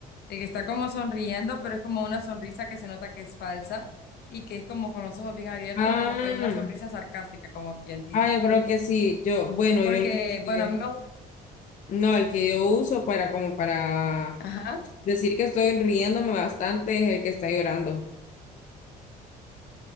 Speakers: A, on the left; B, on the left.
A: el que está como sonriendo, pero es como una sonrisa que se nota que es falsa y que es como con los ojos bien abiertos,
B: Ah,
A: como que una sonrisa sarcástica, como quien dice.
B: ah, yo creo que sí. Yo, bueno,
A: Porque,
B: yo eh,
A: bueno, a mí me...
B: no, el que yo uso para como para
A: Ajá.
B: decir que estoy riéndome bastante es el que está llorando.